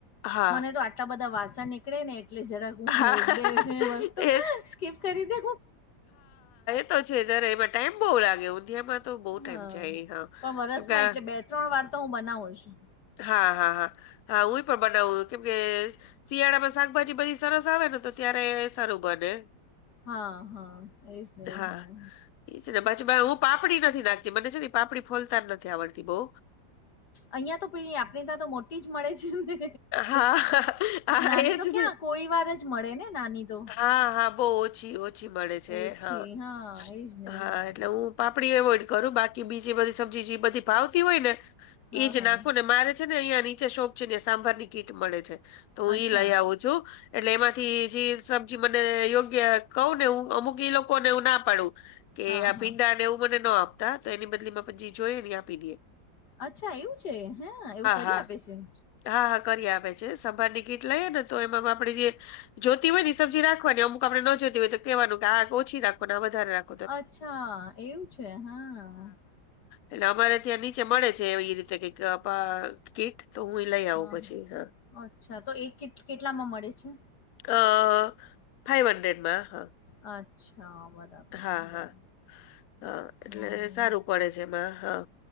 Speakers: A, on the left; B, on the left.
A: હા,
B: મને તો આટલા બધા વાસણ નીકળે ને એટલે જરાક હું
A: હા,
B: એક બે વસ્તુ
A: એ
B: સ્કીપ કરી દઉ
A: એજ તો છે અરે એમા ટાઈમ બહુ લાગે એમા તો બો ટાઈમ
B: હા
A: જાયે હ
B: પણ વરસમાં
A: કેમ કે આ
B: એટલે બે ત્રણ વાર તો હું બનાવું છું
A: હા હા હા હા હુઈ પણ બનાવવું કેમ કે શિયાળામાં શાકભાજી બધી સરસ આવે ને તો ત્યારે સારું બને
B: હા હા એજ ને એજ
A: હા
B: ને
A: એ છ ને પછી હું પાપડી નથી નાખતી મને છે ને પાપડી ફોલતા જ નથી આવડતી બઉ
B: અહિયાં તો પે આપણે ત્યાં તો મોટી જ મળે છે એમ ને
A: હા, હા,
B: નાની
A: એજ
B: તો ક્યાં
A: ને.
B: કોઈ વાર જ મળે ને નાની તો
A: હા હા બો ઓછી ઓછી મળે છે
B: ઓછી
A: હા
B: હા એજ ને
A: હા
B: એજ ને
A: એટલે હું પાપડી એવોઈડ કરું બાકી કે બીજી બધી સબ્જી જે બધી ભાવતી હોય ને
B: હા
A: એજ
B: હા
A: નાખો ને મારે છે ને અહિયા નીચે શોપ છે ને સાંભારની કીટ મળે છે તો હું
B: અચ્છા
A: ઈ લઈ આવું છું. એટલે એમાંથી જે સબજી મને યોગ્ય કહુ ને હું અમુક ઈ લોકોને હું ના પાડું. કે
B: હા
A: આ
B: હા
A: ભીંડા ને એવું મને ન આપતા તો એની બદલી પછી જોઈ આપી દે.
B: અચ્છા એવું છે હે એવું કરી
A: હા
B: આપે છે.
A: હા હા કરી આપ છે સંભાર ની કિટ લઈએ ને તો એમાં આપડે જે જોતી હોય ને સબ્જી રાખવાની અમુક આપડણે ન જોતી હોય તો કે આ ઓછી રાખવા વધારે રાખ.
B: અચ્છા એવું છે હા.
A: એટલે અમારે ત્યાં નીચે મળે છે એવી રીતે કઈ કીટ તો હું. લઈ આવું
B: હા,
A: પછી હા.
B: અચ્છા તો એક કીટ કેટલામાં મળે છે.
A: અ ફાઈવ હન્ડ્રેડમાં હા.
B: અચ્છા. બરાબર,
A: હા
B: બરાબર.
A: હા હા એટલે
B: હમ્મ.
A: સારું પડે છે એમાં હા